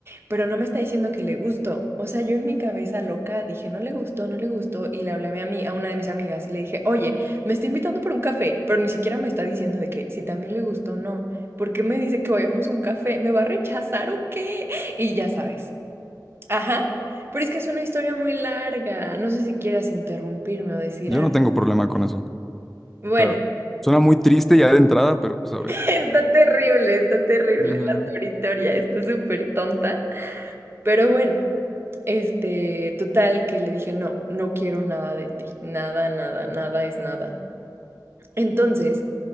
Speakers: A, on the right; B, in the centre.
A: pero no me está diciendo que le gustó. O sea, yo en mi cabeza loca dije, no le gustó, no le gustó. Y le hablé a mi, ami- a una de mis amigas y le dije, oye, me está invitando por un café, pero ni siquiera me está diciendo de que si también le gustó o no. ¿Por qué me dice que vayamos a un café? ¿Me va a rechazar o qué? Y ya sabes. Ajá. Pero es que es una historia muy larga. No sé si quieras interrumpirme o decir
B: Yo
A: algo.
B: no tengo problema con eso. O
A: Bueno.
B: sea, suena muy triste ya de entrada, pero pues a ver.
A: Está terrible, está terrible
B: Ujú.
A: la peor historia, está súper tonta. Pero bueno, este, total que le dije, no, no quiero nada de ti, nada, nada, nada es nada. Entonces,